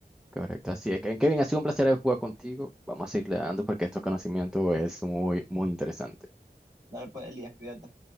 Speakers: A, in the centre; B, on the right.
A: correcto. Así es, Kevin, Kevin, ha sido un placer haber jugado contigo. Vamos a seguirle dando porque estos conocimientos es muy, muy interesante.
B: Dale pues, Elías, cuídate.